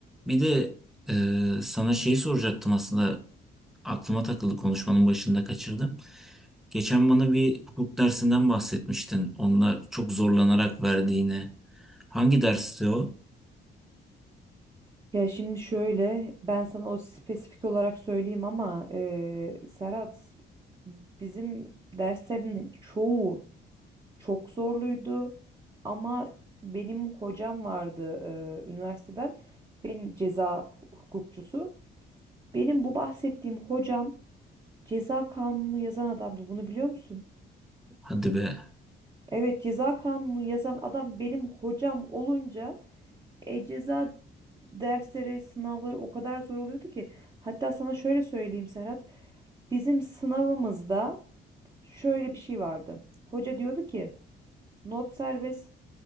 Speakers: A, in the centre; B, on the right.
A: Bir de e, sana şeyi soracaktım aslında aklıma takıldı konuşmanın başında kaçırdım. Geçen bana bir hukuk dersinden bahsetmiştin. Onunla çok zorlanarak verdiğini. Hangi dersti o?
B: Ya şimdi şöyle ben sana o spesifik olarak söyleyeyim ama eee Serhat bizim derslerin çoğu çok zorluydu ama benim hocam vardı eee, üniversiteden benim ceza hukukçusu. Benim bu bahsettiğim hocam ceza kanunu yazan adamdı bunu biliyor musun?
A: Hadi be
B: Evet ceza kanunu yazan adam benim hocam olunca e, ceza dersleri, sınavları o kadar zor oluyordu ki. Hatta sana şöyle söyleyeyim Serhat. Bizim sınavımızda şöyle bir şey vardı. Hoca diyordu ki not serbest,